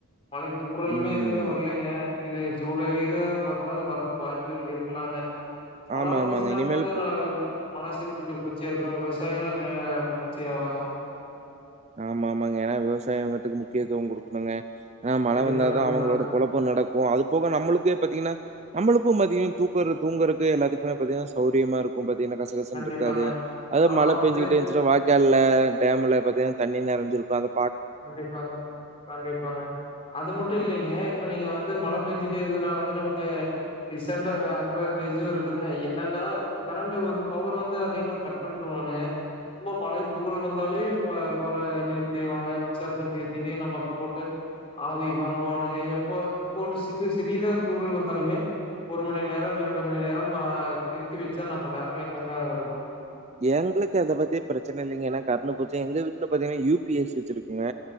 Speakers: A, on the left; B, on the right.
A: மழை தூரலுமே
B: ம்
A: எதுவுமே வர்லைங்க இது ஜூலைல ஏதோ வந்தாலோ வர்றக்கு வாய்ப்புகள் இருக்குலாங்க மழ
B: ஆமா
A: வந்து
B: ஆமாங்க
A: சின்ன <unintelligible>
B: இனிமேல்
A: நடக்கு மனசுக்கு கொஞ்சோ குளிச்சியா இருக்கு விவசிகள் ஆ மகிழ்ச்சி ஆவாங்க
B: ஆமா ஆமாங்க ஏன்னா விவசாயங்கத்துக்கு முக்கியத்துவோ கொடுக்கணுங்க ஏனா மழ
A: கண்டிப்பா
B: வந்தா
A: கண்டிப்பாங்க
B: தா அவங்களோட பொழப்பொ நடக்கு அது போக நம்மளுக்கே பாத்தீங்கன்னா நம்மளுக்கு பத்திங்க தூக்கரு தூங்கறக்கு எல்லாத்துக்குமே பாத்தீங்கன்னா சௌரியமா இருக்கு பாத் தீங்கன்னா கசகசன்னுருக்காது
A: கண்டிப்பாங்க
B: அது
A: ஆனா
B: மழ
A: வந்து
B: பெஞ்சுகுட்டே வாய்கால்ல டாம்ல பத்தீங்கன்னா தண்ணி நெறைஞ்சிருக்கு அந்த
A: கண்டிப்பாங்க கண்டிப்பாங்க அது மட்டு இல்லலைங்க இப்போ நீங்க வந்து மழ பெஞ்சிட்டே இருந்துனா வந்து நமக்கு டிச் அண்டு அட்வான்டேஜு இருக்குதுங்க என்னன்னா கரண்டு வந் பவர் வந்து அதிகமா கட் பண்ரு வானுங்க ரொம்ப மழை தூறல் வந்தாலே ப பற நிறுத்திடுவாங்க நிம்ஷ அப்டியே நிருத்திட்டு நமக்கு போட்டு ஆவி வாங்குவானுங்க எப்போ இப்ப ஒண்ணு சின்னு சிறிதா தூறல் வந்தாலுமே ஒரு மணி நேரோ இரண்டு மணி நேரம் ஆ நிறுத்தி வெச்சா நம்ம நேரங்க என்னங்க ஆவுருது
B: எங்களுக்கு அத பத்தி பிரச்சன இல்லைங்க ஏன்னா கரண்டு போச்சு எங்க வீட்டுல பாத்தீங்கன்னா யு பி எஸ் வெச்சிருக்குங்க